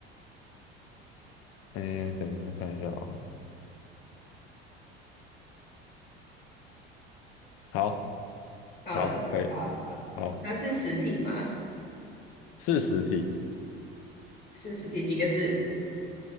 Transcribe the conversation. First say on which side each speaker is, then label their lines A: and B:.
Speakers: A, on the left; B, on the left.
A: 诶，等一下，我看一下哦。好，
B: 好了，
A: 好，可以，
B: 好好，
A: 好，
B: 它是实体吗？
A: 是实体，
B: 是实体，几个字？